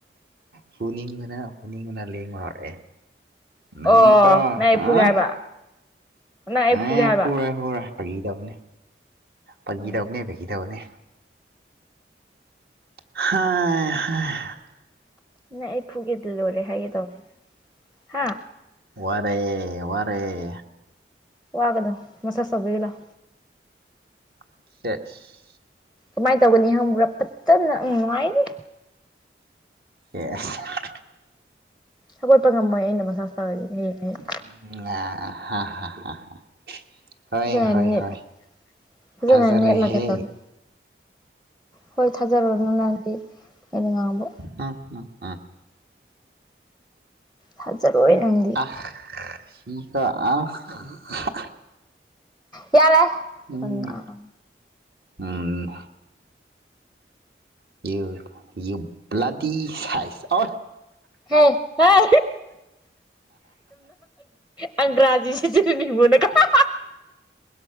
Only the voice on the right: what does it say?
ꯐꯨꯅꯤꯡꯕꯅ ꯐꯨꯅꯤꯡꯕꯅ ꯂꯦꯡꯕ ꯍꯧꯔꯛꯑꯦ ꯅꯪꯀꯣ
ꯑꯥ
ꯑꯦ
ꯐꯨꯔꯦ ꯐꯔꯣꯏ ꯐꯒꯤ ꯇꯕꯅꯦ ꯐꯒꯤ
ꯇꯕꯅꯦ <unintelligible>
ꯋꯥꯔꯛꯑꯦ ꯋꯥꯔꯛꯑꯦ
ꯁꯦꯁ
<unintelligible>
<unintelligible> ꯍꯣꯏ
ꯍꯣꯏ
ꯍꯣꯏ
ꯊꯖꯔꯦꯍꯦ
<unintelligible>
<unintelligible>
ꯎꯝ
ꯎꯝ ꯌꯨ ꯌꯨ ꯕ꯭ꯂꯥꯗꯤ ꯁꯥꯏꯖ <unintelligible>